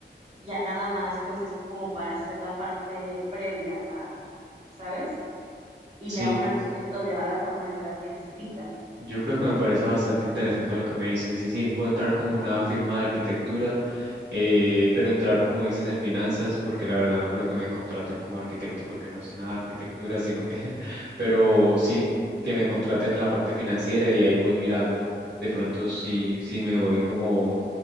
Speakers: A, on the right; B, on the right.
A: Ya nada más, pues, es como para hacer la parte previa a, ¿sabes? Y
B: sí.
A: ya un arquitecto le da la formalidad que necesitas.
B: Yo creo que me parece bastante interesante lo que me dices. Y sí, puedo entrar como una firma de arquitectura, eh, pero entrar, como dices, en finanzas, porque la verdad no creo que me contraten como arquitecto porque no sé nada de arquitectura, sino que, <laughs> pero sí, que me contraten en la parte financiera y ahí voy mirando. De pronto, sí, sí me voy como